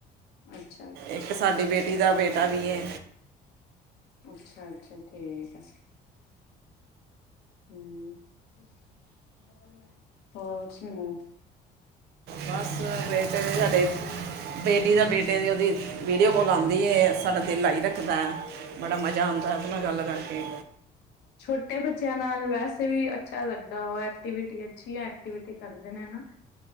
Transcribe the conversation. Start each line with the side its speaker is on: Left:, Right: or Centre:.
Left: ਅੱਛਾ
Right: ਇੱਕ ਸਾਡੀ ਬੇਟੀ ਦਾ ਬੇਟਾ ਵੀ ਏ
Left: ਅੱਛਾ-ਅੱਛਾ ਠੀਕ ਐ ਹੁਅ, <inaudible> ਹੋਰ' ' <unintelligible>
Right: ਬੱਸ ਬੇਟਾ ਹੋ' ' <unintelligible> ਬੇਟੀ ਦਾ ਬੇਟੇ ਦੀ ਉਹਦੀ ਵੀਡੀਓ ਕੋਲ ਆਉਂਦੀ ਏ ਸਾਡਾ ਦਿਲ ਰੱਖਦਾ। ਬੜਾ ਮਜ਼ਾ ਆਂਦਾ ਉਹਦੇ ਨਾਲ ਗੱਲ ਕਰਕੇ
Left: ਛੋਟੇ ਬੱਚਿਆਂ ਨਾਲ ਵੈਸੇ ਵੀ ਅੱਛਾ ਲੱਗਦਾ ਉਹ ਐਕਟੀਵਿਟੀ ਅੱਛੀ ਐ, ਐਕਟੀਵਿਟੀ ਕਰਦੇ ਨੇ ਨਾ